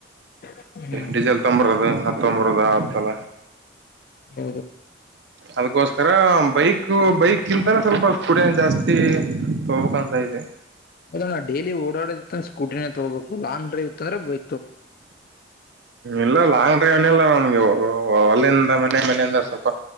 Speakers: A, on the left; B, on the right.
A: ಹ್ಮ್ ಹ್ಮ್
B: ಡೀಸೆಲ್ ತಂಬರದು ಹತ್ ತೊಂಬರದ ಆ ಸಲ
A: ಹ
B: ಅದಕ್ಕೋಸ್ಕರ ಬೈಕ್ ಬೈಕ್ಿಂತಾನ ಸ್ವಲ್ಪ ಕುಡಂ ಜಾಸ್ತಿ ತಗೋಕಂತ ಇದೆ
A: ಅದ ನಾ ಡೈಲಿ ಓಡಾಡದ ಸ್ಕೂಟಿನೇ ತಗೋಬೇಕು ಲಾಂಗ್ ಡೈವ್ ಅಂದೆ ಬಯ
B: ಇಲ್ಲ ಲಾಂಗ್ ಡ್ರೈವ್ನಲ್ಲ ನಮ್ಗೆ ಹೊಲ್ಲಿಂದ ಮ ಮನೆ ಮನೆಯ ಅಂದ್ರ ಸ್ವಲ್ಪ